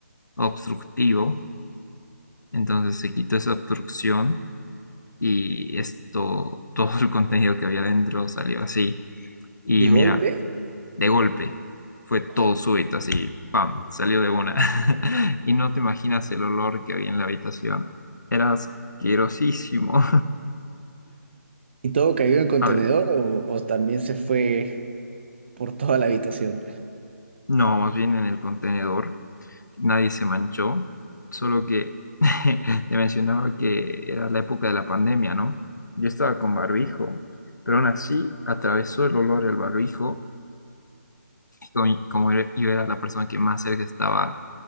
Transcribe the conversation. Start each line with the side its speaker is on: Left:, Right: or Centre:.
Left: obstructivo, entonces se quitó esa obstrucción y esto, <laughs> todo el contenido que había dentro salió así. Y
Right: De golpe,
Left: mira, de golpe, fue todo
Right: ¡guau!
Left: súbito, así, ¡pam!, salió de una. <laughs> Y no te imaginas el olor que había en la habitación. Era asquerosísimo. <laughs>
Right: y todo cayó en el contenedor
Left: A ver,
Right: o, o también se fue por toda la habitación.
Left: no, más bien en el contenedor, nadie se manchó, solo que <laughs> te mencionaba que era la época de la pandemia, ¿no? Yo estaba con barbijo, pero aún así atravesó el olor el barbijo como, como era- yo era la persona que más cerca estaba